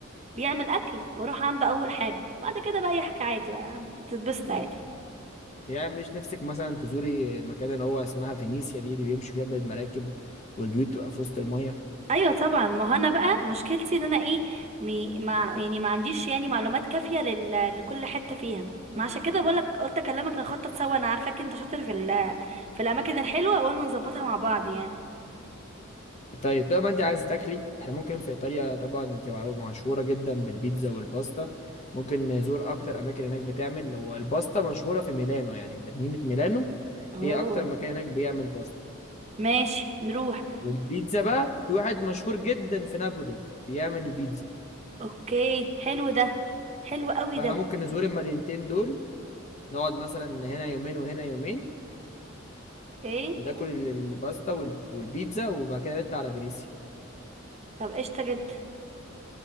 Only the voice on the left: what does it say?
يعني مش نفسك مثلا تزوري مكان اللي هو اسمها فينيسيا دي اللي بيمشوا فيها بالمراكب والبيوت تبقى في وسط المية
طيب طب ما انت عايز تاكلي احنا ممكن في ايطاليا طبعا انت معروف- مشهورة جدا بالبيتزا والباستا ممكن نزور اكتر اماكن هناك بتعمل هو الباستا مشهورة في ميلانو يعني مدينة ميلانو
هي اكتر مكان هناك بيعمل باستا
والبيتزا بقى في واحد مشهور جدا في نابولي بيعمل البيتزا
فاحنا
ممكن نزور المدينتين دول نقعد مثلا هنا يومين وهنا يومين
ناكل ال- الباستا وال- والبيتزا وبعد كده نطلع على فينيسيا